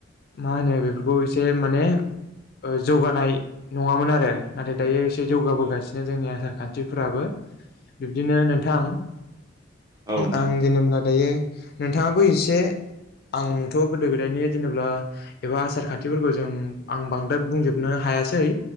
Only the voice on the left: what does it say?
मा होनो बेफोरखौ एसे माने ओ जौगानाय नङामोन आरो नाथाय दायो एसे जौगाबोगासिनो
जोंनि आसार खान्थिफोराबो बिबदिनो नोंथां
आं जेनेब्ला दायो नोंथाङाबो इसे आंथ' गोदो गोदायनि जेनेब्ला एबा आसार खान्थिफोरखौ जों आं बांद्राय बुंजोबनो हा हायासै